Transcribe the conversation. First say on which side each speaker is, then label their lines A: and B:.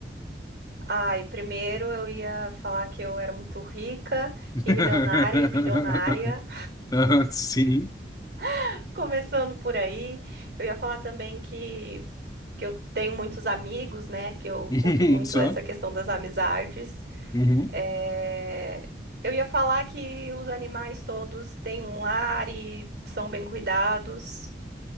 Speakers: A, on the right; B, on the left.
A: Ai, primeiro eu ia falar que eu era muito rica
B: <laughs>
A: e milionária e bilionária,
B: Ah, Sim.
A: <laughs> começando por aí. Eu ia falar também que que eu tenho muitos amigos, né? Que eu
B: <laughs>
A: curto muito
B: Só?
A: essa questão das amizades.
B: Uhum.
A: É, Eu ia falar que os animais todos têm um lar e são bem cuidados.